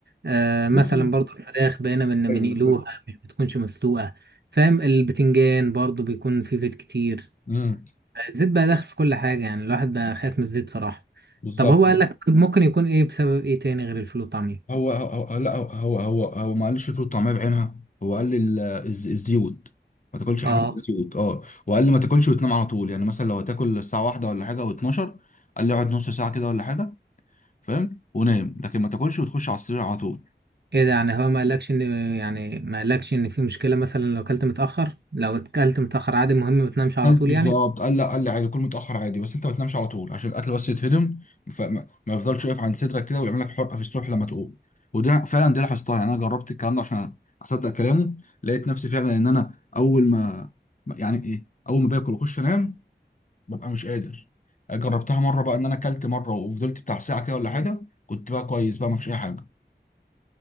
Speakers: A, on the right; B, on the left.
A: آه مثلا
B: بص
A: برضو الفراخ بقينا بن
B: ايوه
A: بنقلوها
B: بالظبط
A: مش بتكونش مسلوقة فاهم البتنجان برضو بيكون فيه زيت كتير
B: امم
A: الزيت بقى داخل في كل حاجة يعني الواحد بقى خايف من الزيت صراحة
B: بالظبط
A: طب هو قال لك ممكن يكون ايه بسبب ايه تاني غير الفول والطعمية
B: هو هو هو- لا هو هو هو, هو ما قالش الفول والطعميه بعينها هو قال لي ال- الز- الزيوت ما تاكلش حاجه
A: اه
B: فيها زيوت اه وقال لي ما تاكلش وتنام على طول يعني مثلا لو هتاكل الساعه واحدة ولا حاجه او 12 قال لي اقعد نص ساعه كده ولا حاجه فاهم ونام لكن ما تاكلش وتخش على السرير على طول
A: ايه ده يعني هو ما قالكش ان يعني ما قالكش ان في مشكلة مثلا لو اكلت متأخر لو اكلت متأخر عادي مهم ما تنامش على
B: كلت
A: طول
B: بالظبط
A: يعني
B: قال لا قال لي عادي كل متاخر عادي بس انت ما تنامش على طول عشان الاكل بس يتهضم فما ما يفضلش واقف عند صدرك كده ويعمل لك حرقه في الصبح لما تقوم وده فعلا دي لاحظتها يعني انا جربت الكلام ده عشان اصدق كلامه لقيت نفسي فعلا ان انا اول ما يعني ايه اول ما باكل واخش انام ببقى مش قادر جربتها مره بقى ان انا اكلت مره وفضلت بتاع ساعه كده ولا حاجه كنت بقى كويس بقى ما فيش اي حاجه